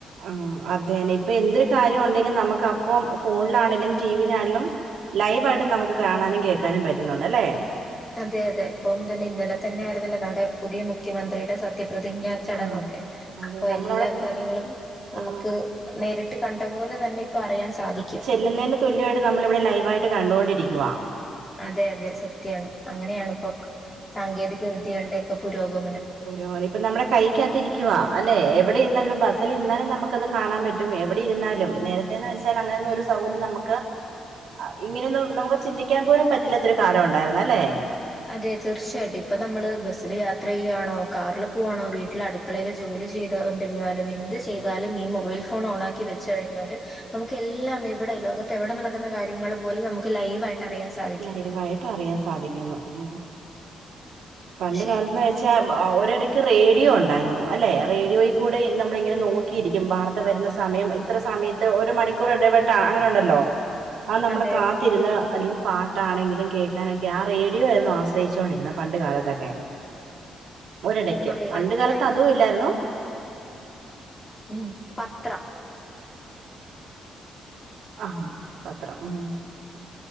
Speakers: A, on the right; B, on the left.
A: ആഹ് അതെന്നെ ഇപ്പൊ എന്തൊരു കാര്യം ഉണ്ടെലും നമക്ക് അപ്പം ഫോണിലാണെലും ടി വിയിലാണെലും ലൈവായിട്ട് നമുക്ക് കാണാനും കേക്കാനും പറ്റുന്നുണ്ട്ലേ
B: അതെ അതെ ഇപ്പോ തന്നെ ഇന്നലെ തന്നെ ആരുന്നല്ലോ നമ്മുടെ പുതിയ മുഖ്യമന്ത്രിയുടെ സത്യപ്രതിജ്ഞ ചടങ്ങൊക്കെ
A: ആ അതെ
B: അപ്പൊ
A: നമ്മളവിടെ
B: എല്ല കാര്യങ്ങളും നമുക്ക്
A: ആ
B: നേരിട്ട് കണ്ട പോലെ തന്നെ ഇപ്പ അറിയാൻ സാധിക്കും
A: <unintelligible> തുല്യായിട്ട് നമ്മള് ഇവിടെ ലൈവായിട്ട് കണ്ടുകൊണ്ടിരിക്കുവ
B: അതെ അതെ സത്യാണ് അങ്ങനെയാണ് ഇപ്പോ സാങ്കേതിക വിദ്യകളുടെയൊക്കെ പുരോഗമനം
A: ഓരൊവ. ഇപ്പ നമ്മുടെ കൈക്കകത്തിരിക്കുവ അല്ലെ എവിടെ ഇരുന്നാലും ഇപ്പോ ബസൽരുന്നാലും നമുക്ക അത് കാണാൻ പറ്റും പറ്റും എവിടെ ഇരുന്നാലും നേരത്തെന്ന് വെച്ചാൽ അങ്ങനെന്നു ഒരു സൗകര്യം നമക്ക് ഇങ്ങനെയൊന്നും നമക്ക് ചിന്തിക്കാൻ പോലും പറ്റില്ലാത്തൊരു കാലം ഉണ്ടായിരുന്നല്ലെ
B: അതെ തീർച്ചയായിട്ടും ഇപ്പൊ നമ്മള് ബസ്സില് യാത്ര ചെയ്യുവാണോ കാറില് പോവാണോ വീട്ടിൽ അട് ക്കളയിൽ ജോലി ചെയ്തൊണ്ട് ര്ന്നാലും എന്ത് ചെയ്താലും ഈ മൊബൈൽ ഫോൺ ഓൺക്കി വെ ചെഴിഞ്ഞാല് നമുക്ക് എല്ലാം എവടെ ലോകത്ത് എവിടെ നടക്കുന്ന കാര്യങ്ങള് പോലും നമുക്ക് ലൈവയിട്ട് ട്ടെറിയാൻ സാ
A: ലൈവായിട്ട് അറിയാൻ സാധിക്കുന്നു ഉം പണ്ട്
B: പക്ഷെ
A: കാലത്ത്ന്ന് വെച്ച <unintelligible> ആഹ് ഒരിടക്ക് റേഡിയോ ഉണ്ടായിരുന്നു അല്ലേ റേഡിയോയിൽ കൂടെ നമ്മള ഇങ്ങനെ നോക്കി കിരിക്കും വാർത്ത വരുന്ന സമയം ഇത്ര സമയത്ത് ഒരു മണിക്കൂർ ഇടവെട്ടാ അങ്ങനെ ഉണ്ടല്ലോ ആഹ് നമ്മളെ
B: അതെ
A: കാത്തിരുന്ന
B: അതെ
A: അല്ലെങ്കി പാട്ടാണെങ്കിലും കേക്കാനൊക്കെ ആഹ് റേഡിയോ ആയിരുന്നു ആശ്രയിച്ചോണ്ടിരുന്നത് പണ്ട് കാലത്തൊക്കെ ഒരെടയ്ക്ക്
B: അതെ
A: പണ്ട്
B: പണ്ടൊക്കെയ
A: കാലത്ത് അതു ഇല്ലായിരുന്നു
B: ഉം പത്രം
A: ആഹ് പത്രം ഉം